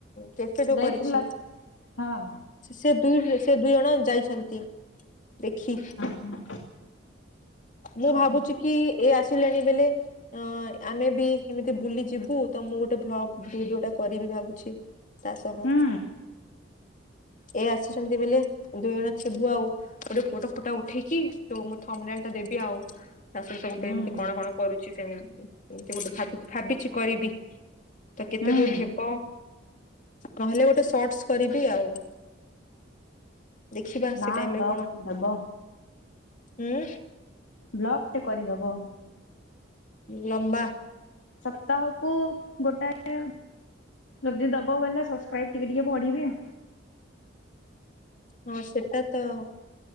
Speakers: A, on the left; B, on the left.
A: କେତେ ଯୋଉ
B: ଯାଇଥିଲା
A: କରିଛି।
B: ହଁ
A: ସେ ଦୁଇ ସେ ଦୁଇ ଜଣ ଯାଇଛନ୍ତି। ଦେଖି
B: ହୁଁ
A: ମୁଁ
B: ହଉ
A: ଭାବୁଚି କି ଏ ଆସିଲେଣି ବେଲେ ଅ ଆମେ ବି କେମିତି ବୁଲି ଯିବୁ ତ ମୁଁ ଗୋଟେ ଭ୍ଲଗ ଭିଡିଓ ଟା କରିବି ଭାବୁଛି। ତା ସହ।
B: ହୁଁ
A: ଏ ଆସିଛନ୍ତି ବେଲେ ଦୁଇ ଜଣ ଥିବୁ ଆଉ। ଗୋଟେ ପୋଟ ଫୁଟା ଉଠେଇକି ଯୋ ମୁଁ ଥମନାଲ ଟା ଦେବି ଆଉ ତା ସହିତ ଗୋଟେ
B: ହୁଁ
A: ଏମିତି କଣ କଣ କରୁ ଛି ସେମିତି ଗୋଟେ ଭାବି ଭାବିଛି କରିବି ତ କେତେ
B: ହୁଁ
A: ଦୂର ହେବ ନହେଲେ ଗୋଟେ ସଟସ କରିବି ଆଉ ଦେଖିବା
B: ନା
A: ସେ ଟାଇମରେ
B: ବ୍ଲଗ ଦବ
A: ଉଁ।
B: ବ୍ଲକ ଟେ କରିଦବ।
A: ଲମ୍ବା।
B: ସପ୍ତାହକୁ ଗୋଟାଏ ଯଦି ଦବ ବୋଇଲେ ଟାଇପ୍ ଟିକେ ଟିକେ ପଢିବେ।
A: ହଁ ସେଟା ତ